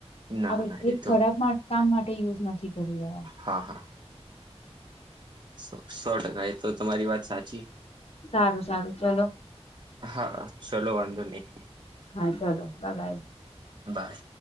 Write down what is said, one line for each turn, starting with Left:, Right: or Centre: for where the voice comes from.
Right: ના
Left: આપણે
Right: ના
Left: કંઈક
Right: એ તો
Left: ખરાબ માટ માટે યુઝ નથી કરી રહ્યા.
Right: હા હા સો સો ટકા એ તો તમારી વાત સાચી
Left: સારું સારું ચલો
Right: હા ચલો વાંધો નહી
Left: હા ચલો બા બાય
Right: બાય.